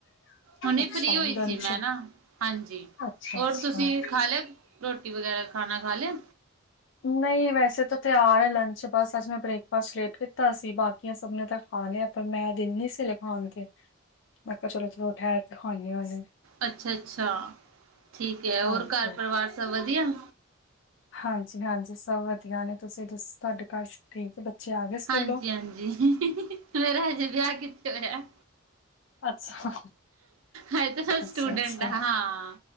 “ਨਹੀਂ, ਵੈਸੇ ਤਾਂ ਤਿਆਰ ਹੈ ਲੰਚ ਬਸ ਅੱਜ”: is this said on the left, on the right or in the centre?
Left